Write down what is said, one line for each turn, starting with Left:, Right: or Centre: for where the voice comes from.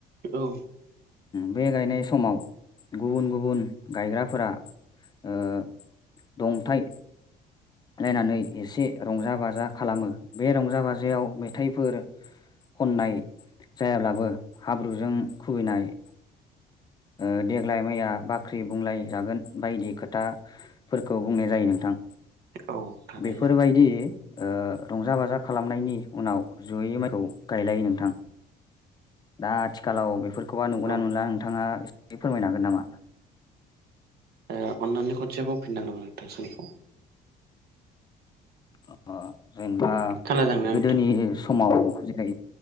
Right: औ।
Left: बे गायनाय समाव गुबुन गुबुन गायग्राफोरा ओ दंथाय लायनानै एसे रंजा बाजा खालामो। बे रंजा बाजा जायाव मेथाइफोर खननाय जायाब्लाबो हाब्रुजों खुबैनाय ओ देग्लाय माइया बाख्रि बुंलाय जागोन बायदि खोथाफोरखौ बुंनाय जायो नोंथां।
Right: औ थारैनो
Left: बेफोरबायदि ओ रंजा बाजा खालामनायनि उनाव जयै माइखौ गायलायो नोंथां। दा आथिखालाव बेफोरखौबा नुगोनना
Right: औ ओ
Left: नुला नोंथाङा एसे फोरमायनो हागोन नामा?
Right: ओ अन्नानै खनसे बुंफिननो नामा नोंथां सोंलुखौ।
Left: ओ जेनेबा
Right: खोनादोंना
Left: गोदोनि
Right: नोंथां
Left: समाव जेरै